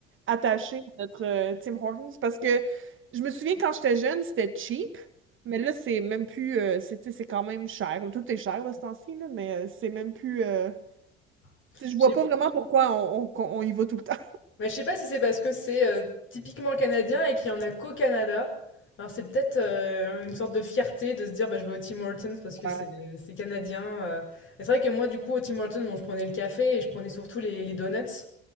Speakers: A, on the right; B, on the left.
A: attaché à notre euh, Tim Hortons parce que je me souviens quand j'étais jeune, c'était cheap, mais là, c'est même plus. euh, c'est tu sais, c'est quand même cher. Tout est cher de ce temps-ci, là, mais euh, c'est même plus. euh,
B: <laughs>
A: tu sais, je
B: Je
A: vois
B: sais
A: pas vraiment pourquoi on, on- qu'on- on y va tout le temps.
B: mais je sais pas si c'est parce que c'est euh, typiquement canadien et qu'il y en a qu'au Canada. Alors c'est peut-être euh, une sorte de fierté de se dire bah, je vais au Tim Hortons parce que
A: <laughs>
B: c'est c'est canadien. euh. Mais C'est vrai que moi du coup au Tim Hortons bon, je prenais le café et je prenais surtout les, les donuts.